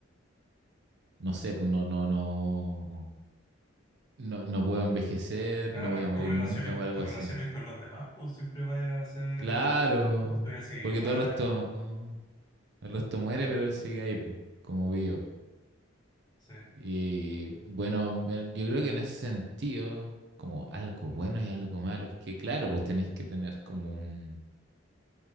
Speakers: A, on the right; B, on the left.
A: no sé, pues no, no, no. No, no puedo envejecer,
B: Claro,
A: no voy a morir
B: tus relaciones,
A: nunca o
B: tus
A: algo así.
B: relaciones con los demás, pues siempre vaya a ser,
A: Claro,
B: tú vas a seguir
A: porque
B: igual,
A: todo el resto, el resto muere, pero él sigue ahí, po, como vivo.
B: sí,
A: Y bueno, ver- yo creo que en ese sentido, como algo bueno y algo malo, es que claro, pues tenés que tener como un,